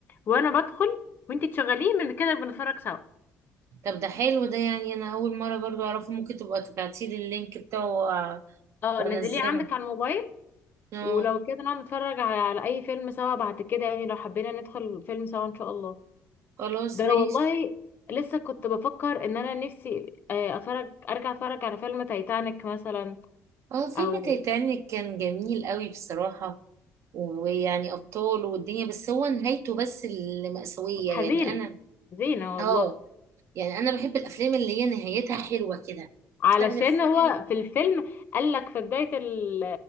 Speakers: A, on the left; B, on the right.
A: وانا بدخل وانت تشغليه من كده بنتفرج سوا
B: طب ده حلو ده يعني انا اول مره برضو اعرفه ممكن تبقى تبعتيلي اللينك بتاعه وأ-
A: اه
B: وانزله
A: نزليه عندك على الموبايل
B: اه
A: ولو كده نقعد نتفرج على على اي فيلم سوا بعد كده يعني لو حبينا ندخل فيلم سوا ان شاء الله
B: خلاص
A: ده
B: ماشي
A: أنا والله لسه كنت بفكر ان انا نفسي آه، اتفرج ارجع اتفرج على فيلم تايتانيك مثلا
B: اه فيلم
A: او
B: تايتانيك كان جميل قوي بصراحه ويعني ابطال والدنيا بس هو نهايته بس اللي مأساويه
A: حزينة
B: يعني انا
A: حزينة
B: اه
A: والله
B: يعني انا بحب الافلام اللي هي نهايتها حلوه كده
A: علشان
B: افلام الفيلم
A: هو في الفيلم قال لك في بداية ال-